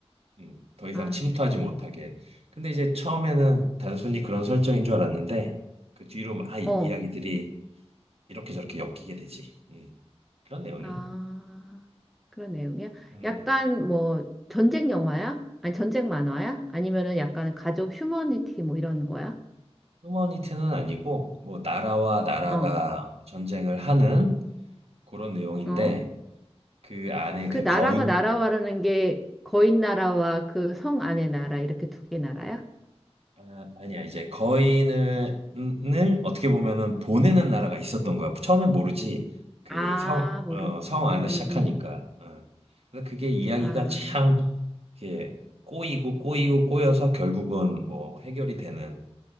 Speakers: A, on the right; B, in the centre.
A: 음, 더 이상
B: 아,
A: 침투하지 못하게. 근데 이제 처음에는 단순히 그런 설정인 줄 알았는데, 그 뒤로 막 아, 이-
B: 어,
A: 이야기들이 이렇게 저렇게 엮이게 되지. 음, 그런 내용이야.
B: 아, 그런 내용이야?
A: 음,
B: 약간 뭐, 전쟁 영화야? 아니, 전쟁 만화야? 아니면은 약간 가족 휴머니티 뭐 이런 거야?
A: 휴머니티는 아니고 뭐 나라와 나라가
B: 어.
A: 전쟁을 하는 그런 내용인데
B: 어?
A: 그 안에
B: 그
A: 그
B: 나라가
A: 거인
B: 나라와라는 게 거인 나라와 그 성 안의 나라 이렇게 두 개 나라야?
A: 아, 아니야 이제 거인을 을 어떻게 보면은 보내는 나라가 있었던 거야. 처음엔 모르지 그
B: 아,
A: 성,
B: 모르.
A: 어,
B: 음,
A: 성
B: 음,
A: 안에서
B: 음.
A: 시작하니까.
B: 음.
A: 어. 그래서 그게 이야기가
B: 아.
A: 참 이렇게 꼬이고 꼬이고 꼬여서 결국은 뭐 해결이 되는